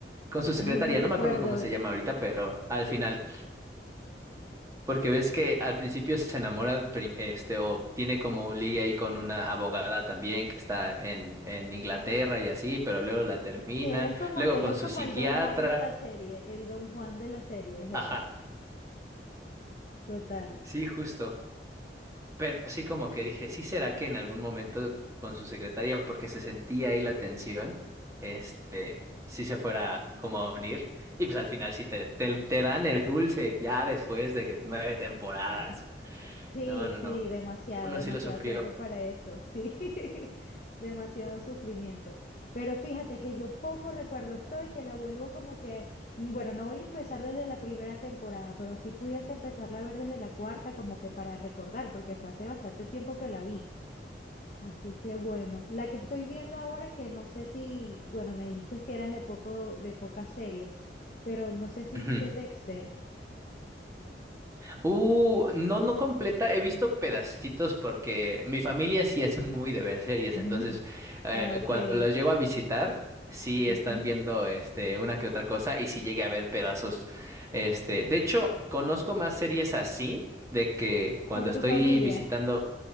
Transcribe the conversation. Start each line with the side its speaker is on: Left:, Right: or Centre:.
Right: Con su secretaria,
Left: Ay, no recuerdo.
Right: no me acuerdo cómo se llama ahorita, pero al final, porque ves que al principio se enamora, pri- este, o tiene como un ligue ahí con una abogada también que está en, en Inglaterra y así, pero luego la termina,
Left: Sí, él es como,
Right: luego
Left: él
Right: con
Left: es
Right: su
Left: como
Right: psiquiatra,
Left: el Don Juan de la serie. El Don Juan de la serie es él.
Right: ajá,
Left: Total.
Right: sí, justo. Pero sí como que dije, sí será que en algún momento con su secretaria, porque se sentía ahí la tensión, este, sí se fuera como a unir. Y pues al final sí te, te, te dan el dulce ya después de que nueve temporadas.
Left: Ujú. Sí,
Right: No, no,
Left: sí,
Right: no.
Left: demasiado,
Right: Uno
Left: demasiado
Right: sí lo sufrió.
Left: tiempo para eso. Sí, <laughs> demasiado sufrimiento. Pero fíjate que yo poco recuerdo estoy, que la vuelvo como que, mm, bueno, no voy a empezar desde la primera temporada, pero si pudiese empezarla a ver desde la cuarta, como que para recordar, porque fue hace bastante tiempo que la vi. Así que bueno, la que estoy viendo ahora que no sé si, bueno, me dijiste que eras de poco, de pocas series, pero no sé si
Right: <clears throat>
Left: viste Dexter.
Right: Uh, no, no completa. He visto pedacitos porque mi familia sí es muy de ver series.
Left: <laughs>
Right: Entonces, eh,
Left: Ah, Ok.
Right: cuando los llego a visitar, sí
Left: Ujú.
Right: están viendo este, una que otra cosa y sí llegué a ver pedazos. Este, de hecho, conozco más series así de que cuando
Left: Por
Right: estoy
Left: tu familia.
Right: visitando.